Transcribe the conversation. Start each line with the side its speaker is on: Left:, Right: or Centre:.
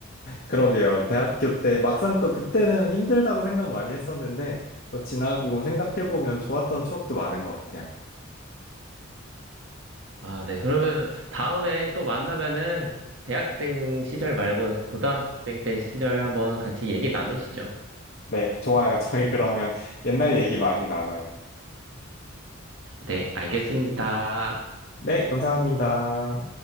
Left: 그러게요. 대학교 때 막상 또 그때는 힘들다고 생각 많이 했었는데 또 지나고 생각해보면 좋았던 추억도 많은 것 같아요.
Right: <laughs> 아, 네. 그러면은 다음에 또 만나면은 대학생 시절 말고 고등학생 때 시절 한번 같이 얘기 나누시죠.
Left: 네, 좋아요. 저희 그러면 <laughs> 옛날 얘기 많이 나눠요.
Right: 네, 알겠습니다.
Left: 네, 감사합니다.